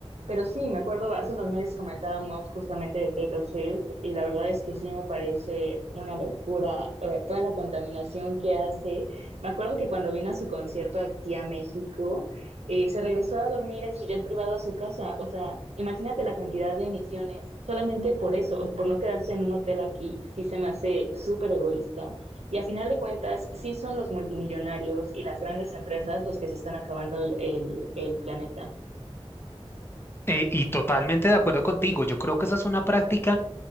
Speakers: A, on the right; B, on the left.
A: pero sí, me acuerdo, hace unos meses comentábamos justamente de Taylor Swift y la verdad es que sí me parece una locura, eh, toda la contaminación que hace. Me acuerdo que cuando vino a su concierto aquí a México, eh, se regresó a dormir en su jet privado a su casa. O sea, imagínate la cantidad de emisiones solamente por eso, por no quedarse en un hotel aquí, sí se me hace súper egoísta. Y a final de cuentas, sí son los multimillonarios y las grandes empresas los que se están acabando el, el, el planeta.
B: Eh, y totalmente de acuerdo contigo, yo creo que esa es una práctica.